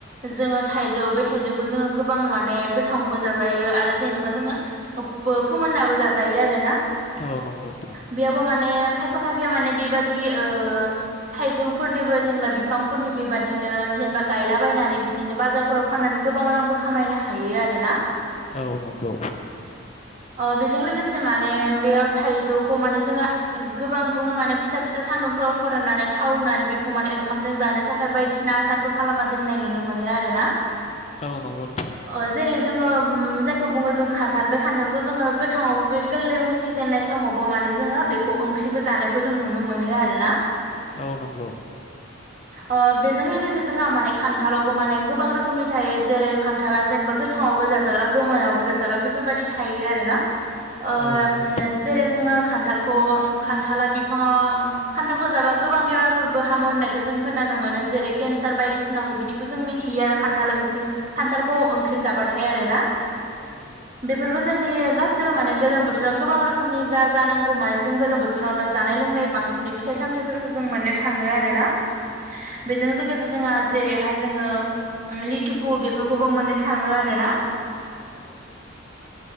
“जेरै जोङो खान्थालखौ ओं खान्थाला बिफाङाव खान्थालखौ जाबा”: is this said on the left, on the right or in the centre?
Right